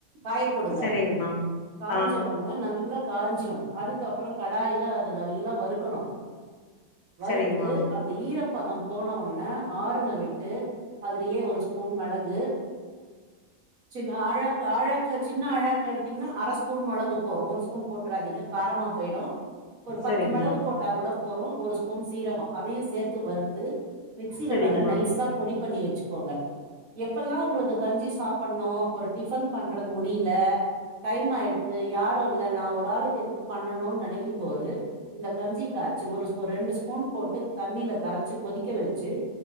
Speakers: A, on the right (about 75°); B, on the left (about 75°).
A: காய போடுங்க
B: சரிங்கம்மா.
A: காஞ்ச
B: ஆ
A: ஒ ன்னே நல்லா காஞ்சிடு அதுக்கப்றோ கடாய்ல அத நல்லா வறுக்கணு வறுத்து
B: சரிங்கம்மா
A: அந்த ஈரப்பதம் போன ஒன்னே ஆறுன விட்டு அதுலேயே ஒரு ஸ்பூன் மெளகு சின் ஆழாக்கு ஆழாக்ல சின்ன ஆழாக்ல எடுத்திங்னா அர ஸ்பூன் மெளகு போறோ ஒரு ஸ்பூன் போட்றாதீங்க காரமா போயிடு ஒரு பத்து
B: சரிங்கம்மா
A: மெளகு போட்டா கூட போறு ஒரு ஸ்பூன் சீரகோ அதையு சேத்து வறுத்து மிக்சில
B: சரிங்கம்மா.
A: நல்லா நைசா பொடி பண்ணி வெச்சுக்கோங்க எப்பெல்லா உங்ளுக்கு கஞ்சி சாப்புண்ணு ஒரு டிஃபன் பண்றது முடில டைம் ஆயிடுத்து யாரோ இல்ல நா ஒரு ஆளுக்கு எதுக்கு பண்ணனுன் நெனைக்கு போது இந்த கஞ்சி காய்ச்சி ஒரு ஸ்ப் ரெண்டு ஸ்பூன் போட்டு தண்ணில கரைச்சு கொதிக்க வெச்சு